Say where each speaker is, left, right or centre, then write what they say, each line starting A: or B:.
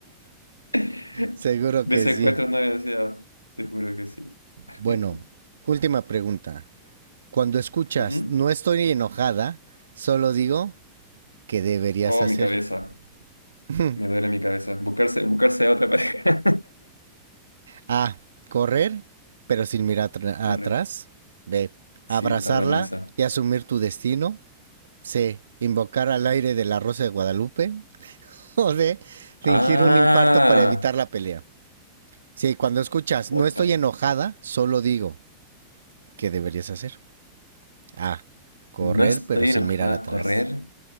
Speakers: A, on the left (about 80°); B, on the right (about 65°).
A: <laughs>
B: Seguro
A: Desencuentros
B: que sí.
A: no deseados, te juro que sí. <laughs>
B: Bueno, última pregunta. Cuando escuchas
A: Ujú.
B: no estoy enojada, solo digo que deberías
A: Oh,
B: hacer.
A: mi cabeza,
B: <laughs>
A: me duele mi cabeza. Buscarse, buscarse a otra pareja.
B: A. Correr, pero sin mirar atr- atrás.
A: <laughs> Correcto.
B: B. Abrazarla
A: Sí, está buena esa.
B: y asumir tu destino. C. Invocar al aire de la Rosa de Guadalupe. <laughs> O D. Fingir
A: Ah,
B: un infarto para evitar la pelea. Sí, cuando escuchas,
A: oh,
B: no
A: está-
B: estoy enojada, solo digo, ¿qué deberías hacer? A. Correr
A: no estoy
B: pero sin
A: enojada
B: mirar atrás.
A: a correr.